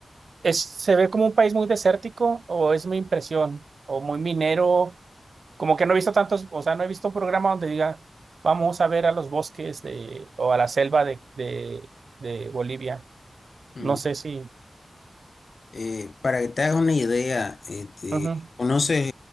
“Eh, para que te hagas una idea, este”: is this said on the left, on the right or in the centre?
Left